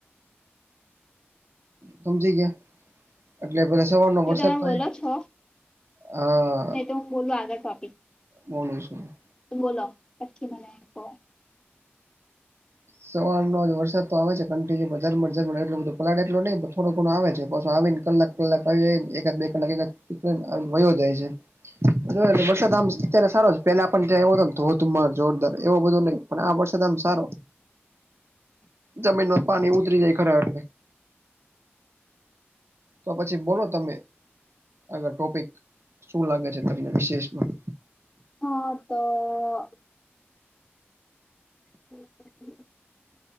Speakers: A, on the right; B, on the left.
A: સમજી ગયા એટલે બધા સવાર ન
B: તો
A: વરસાદ
B: તમે
A: થાય-
B: બોલો
A: -
B: છો
A: હા- -
B: નહી તો હું બોલું આગળ ટોપિક- -
A: બોનું શો- -
B: બોલો પછી મને કો- -
A: સવારનો જ વરસાદ તો આવે છે કન્ટિન્યુ ઝમ ઝમ એટલો બધો પલાટ એટલો નહીં થોડો ઘણો આવે છે પાછ આવી ને કલાક- - કલાક આવી એકાદ બે કલાક એક વયો જાય છે. જો વરસાદ આમ અત્યારે સારો છે પેલા આપ ત્યાં આવ્યો હતો તો હોતુમર જોરદાર એવો બધો નહીં- - પણ આ વરસાદ તો આમ સારો. જમીન ન પાણી ઉતરી જાય ખરે વખ- - તો પછી બોલો તમે- - આગળ ટોપિક શું લાગે છે તમને વિશેષમાં- -
B: હા તો- - હમ.